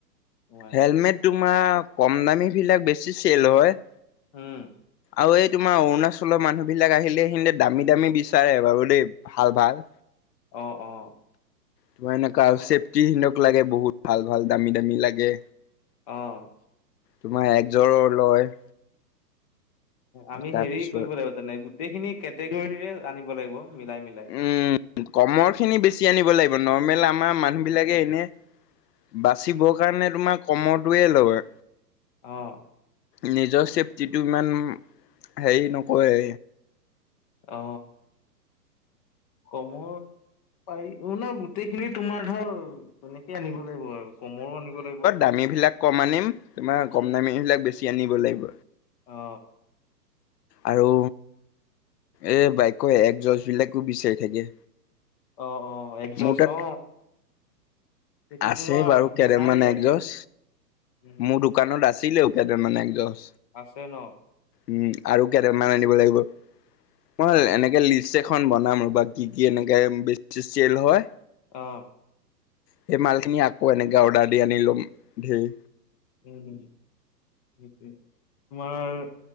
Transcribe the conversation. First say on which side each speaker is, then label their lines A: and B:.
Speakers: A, on the left (about 25°); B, on the left (about 70°).
A: তোমাৰ
B: হেলমেট তোমাৰ, কম দামী বিলাক বেছি চেল হয়।
A: উম।
B: আৰু এই তোমাৰ অৰুণাচলৰ মানুহ বিলাক আহিলে, <unintelligible> দামী দামী বিচাৰে বাৰু দেই। ভাল, ভাল।
A: অ', অ'।
B: তো এনেকুৱা
A: তোমাৰ
B: আৰু চেফটি সিনতক লাগে, বহুত ভাল-ভাল দামী-দামী লাগে।
A: অ'।
B: তোমাৰ একযোৰো লয়।
A: আমি
B: তাৰপিছত
A: হেৰি কৰিব লাগিব তেনে, গোটেইখিনি কেটেগৰীৰে আনিব লাগিব মিলাই মিলাই।
B: উম, কমৰ খিনি বেছি আনিব লাগিব নৰ্মেল আমাৰ মানুহ বিলাকে এনে বাচিবৰ কাৰণে তোমাৰ কমৰটোৱে লয়।
A: অ,
B: নিজৰ চেফটিটো ইমান হেৰি নকয়।
A: অ, কমত পাৰি অ, ন গোটেইখিনি তোমাৰ ধৰ তেনেকেই আনিব লাগিব আৰু কমৰো আনিব লাগিব।
B: দামীবিলাক কম আনিম, তোমাৰ
A: উম
B: কম দামীবিলাক বেছি আনিব লাগিব।
A: অ,
B: আৰু এ, বাইাকে এক, যছ বিলাকো বিচাৰি থাকে।
A: অ, অ, এগ, যছ
B: মোৰ তাত
A: অ, সেইটো
B: আছে
A: তোমাৰ
B: বাৰু কেইডালমান
A: বিচাৰেই আজিকালি।
B: একজছ
A: উম
B: মোৰ দোকানত আছিলেও, কেডাল মান এক, যছ।
A: আছে ন।
B: উম, আৰু কেইডালমান আনিব লাগিব, মই
A: অ
B: এনেকে
A: অ
B: লি লিচ, এখন বনাম ৰ'বা কি কি, এনেকে বেছি চেল হয়।
A: অ,
B: সেই মাল খিনি আকৌ এনেকে অৰ্ডাৰ দি আনি লম, উম।
A: উম, সেইটোৱে তোমাৰ